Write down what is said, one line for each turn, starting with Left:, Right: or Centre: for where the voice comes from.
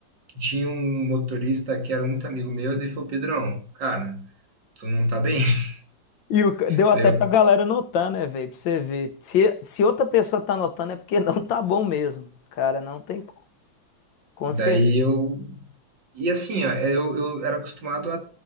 Right: Tinha um motorista que era muito amigo meu, e ele falou, Pedrão, cara, tu não tá bem? <laughs>
Left: E o ca- deu até
Right: Daí
Left: pra galera notar, né, velho? Pra você ver. Se, se outra pessoa tá notando é porque <laughs> não tá bom mesmo. Cara, não tem como. Com
Right: Daí
Left: certeza.
Right: eu. E assim, ó, eu, eu era acostumado a.